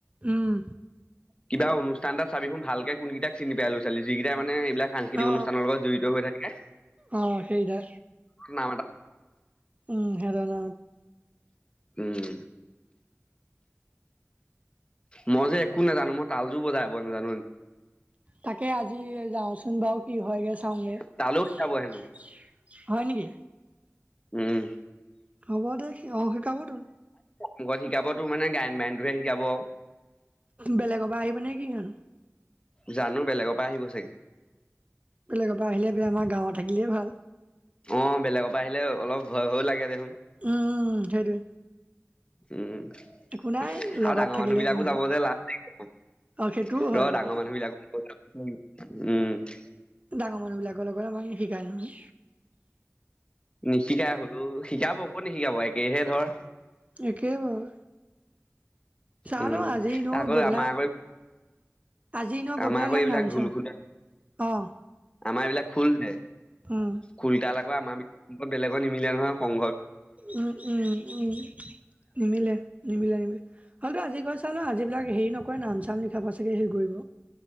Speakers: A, on the right; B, on the left.
A: উম,
B: কিবা অনুষ্ঠান তাত চাবিচুন ভালকে কোন কুনকিতা চিনিাই <unintelligible> ছোৱালী যেকিতা মানে বিলাক সাংস্কৃতিক
A: অ
B: অনুষ্ঠানৰ লগত জড়িত হৈ থাকে
A: অ সেইদা
B: নাম।
A: উম, হেৰণ।
B: উম, মই যে একো নাজানো মই তালজোৰ বজাই ব নাজানো।
A: তাকে আজি যাওচোন বাৰু কি হয় গৈ চাও গে
B: তালৈও
A: হয়
B: শিকাব হেনো
A: নেকি?
B: উম,
A: হ'ব দে অ, শিকাব তো
B: মু ঘৰত শিকাব তোৰ মানে গায়ন বায়নটোহে শিকাব
A: বেলেগৰ <unintelligible>
B: জানো বেলেগৰ পৰা আহিব চাগে।
A: বেলেগৰ পৰা আহিলে আমাৰ গাৱত থাকিলে ভাল।
B: অ, বেলেগৰ পৰা আহিলে অলপ ভয় - ভয় লাগে দেখোন।
A: উম, সেইটোৱে।
B: উম,
A: একো নাই
B: আৰু
A: লগত
B: ডাঙৰ
A: থাকিলে
B: মানুহ বিলাকো
A: একো নহয়
B: যাব যে লাজ লাগিছে
A: আৰু সেইটোও হয়
B: ৰ
A: বাৰু
B: ডাঙৰ মানুহ বিলাকো <unintelligible> উম।
A: ডাঙৰ মানুহবিলাকৰ লগত আমাক নিশিকায় নহয়।
B: নিশিকাই হলেওঁ শিকাব কত নিশিকাব একেহে ধৰ।
A: একে বাৰু। চালো
B: উম
A: আজি এনেও
B: আকৌ
A: গৈ পেলাই।
B: আমাৰ আকৌ
A: আজি এনেও গৈ
B: আমাৰ
A: পেলাই
B: আকৌ
A: <unintelligible>
B: এইবিলাক ঢোল খোল
A: অ'।
B: আমাৰ এইবিলাক খুল হে,
A: উম
B: খুলতাৰ আকৌ আমাৰ বেলেগৰ নিমিলে নহয় সং
A: উম, উম, উম। নিমিলে, নিমিলে, নিমিলে হলেতো আজি <unintelligible> ন আজি বিলাক হেৰি ন কয় নাম-চাম লিখাব চাকে হেৰি কৰিব।